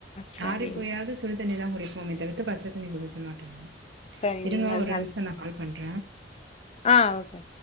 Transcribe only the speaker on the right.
ஆறி போயாவுது சுடு தண்ணிதா குடிப்போமே தவித்து பச்ச தண்ணி குடிக்க மாட்டோ மேம்
இருங்க மேம்
ஒரு நிம்ஷ நா கால் பண்ற